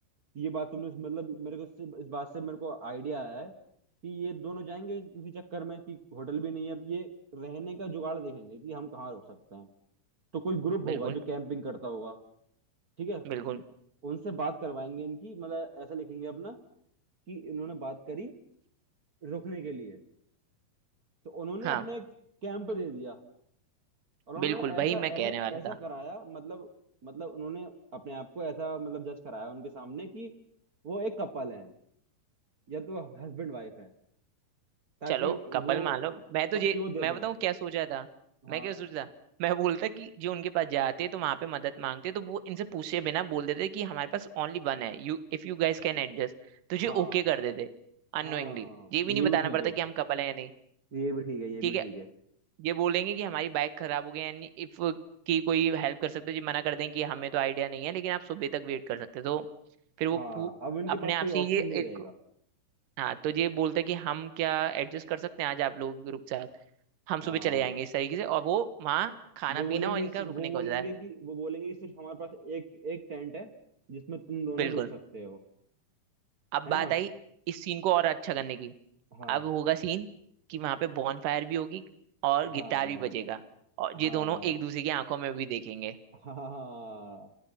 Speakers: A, on the right; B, on the right.
A: ये बात तुमने मतलब मेरे को इससे इस बात से मेरे को आइडिया आया है कि ये दोनों जाएंगे इसी चक्कर में कि होटल भी नहीं है अब ये रहने का जुगाड़ देखेंगे कि हम कहाँ रुक सकते हैं तो कोई ग्रुप
B: बिल्कुल
A: होगा जो कैंपिंग करता होगा ठीक है
B: बिल्कुल
A: उनसे बात करवाएंगे इनकी मतलब ऐसा लिखेंगे अपना कि इन्होंने बात करी रुकने के लिए तो उन्होंने
B: हाँ
A: अपने एक कैंप दे दिया और उन्होंने
B: बिल्कुल वही
A: ऐसा
B: मैं कहने
A: ऐसा
B: वाला
A: ऐसा
B: था
A: कराया मतलब मतलब उन्होंने अपने आप को ऐसा मतलब जज कराया उनके सामने कि वो एक कपल हैं या तो हस्बैंड वाइफ हैं ताकि
B: चलो कपल
A: वो
B: मान लो मैं तो
A: ताकि
B: ये
A: वो दे
B: मैं
A: दें
B: बताऊँ क्या सोचा था
A: हाँ
B: मैं क्या सोचा था मैं बोलता कि जो उनके पास जाते तो वहां पे मदद मांगते तो वो इनसे पूछे बिना बोल देते कि हमारे पास ओनली वन है you if you guys can adjust तो ये
A: हाँ
B: ओके कर देते अननोइंगली
A: हाँ
B: ये भी नहीं
A: ये
B: बताना
A: भी ठीक
B: पड़ता
A: है
B: कि हम कपल है या नहीं
A: ये भी ठीक है ये
B: ठीक
A: भी
B: है
A: ठीक है
B: ये बोलेंगे कि हमारी बाइक खराब हो गई है इफ की कोई हेल्प कर सकते हो ये मना कर दें कि हमें तो आइडिया नहीं है लेकिन आप सुबह तक वेट कर सकते हो तो फिर वो
A: हाँ
B: पू-
A: अब उनके
B: अपने
A: पास
B: आप
A: कोई
B: से
A: ऑप्शन
B: ये
A: नहीं
B: एक
A: रहेगा
B: हाँ तो ये बोलते कि हम क्या एडजस्ट कर सकते हैं आज आप लोगों के ग्रुप से हम सुबह
A: हाँ
B: चले जाएंगे इस तरीके से और वो वहाँ खाना
A: वो बोलेंगे
B: पीना और इनका रुकने
A: वो बोलेंगे
B: का हो जाता है
A: कि वो बोलेंगे कि सिर्फ हमारे पास एक एक टेंट है जिसमें तुम दोनों
B: बिल्कुल
A: रुक सकते हो
B: अब
A: है
B: बात
A: ना
B: आई इस सीन को और अच्छा करने की
A: हाँ
B: अब होगा सीन कि वहाँ पे बॉन फायर भी होगी और गिटार
A: हाँ
B: भी बजेगा और ये
A: हाँ
B: दोनों एक दूसरे की आंखों में भी देखेंगे
A: हाँ हाँ, हाँ, हाँ।